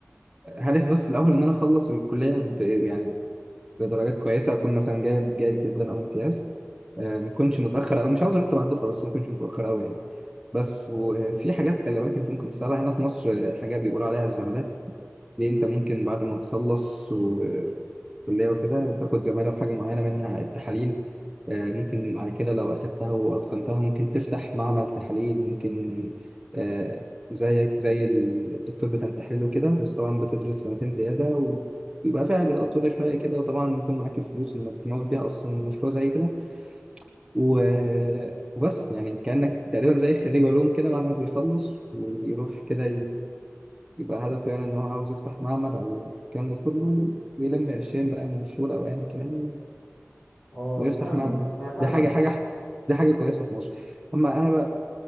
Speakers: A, on the right; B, on the left.
A: هدفي بس الأول إن أنا أخلص الكلية ب... يعني بدرجات كويسة أكون مثلا جايب جيد جدا أو امتياز آه، ما أكونش متأخر أو مش عاوز أرتب على الدفعة بس ما أكونش متأخر أوي يعني بس وفي حاجات خلي بالك أنت ممكن تسألها هنا في مصر آه، حاجات بيقول عليها الزمالات ليه انت ممكن بعد ما تخلص وكلية وكده تاخد زمالة في حاجة معينة منها التحاليل آه، ممكن بعد كده لو أخدتها وأتقنتها ممكن تفتح معمل تحاليل ممكن آه، زيك زي الدكتور بتاع التحليل وكده بس طبعا بتدرس سنتين زيادة ويبقى فيها إجراءات طويلة شوية كده وطبعا يكون معاك الفلوس إنك تمول بيها أصلا مشروع زي كده و- وبس يعني كأنك تقريبا زي خريج علوم كده بعد ما بيخلص وبيروح كده يبقى هدفه يعني إن هو عاوز يفتح معمل أو الكلام ده كله ويلم قرشين بقى من الشغل أو أيا كان
B: اه
A: ويفتح
B: فاهمك
A: معمل
B: انا فاهمك
A: دي حاجة حاجة دي حاجة كويسة في مصر أما أنا بقى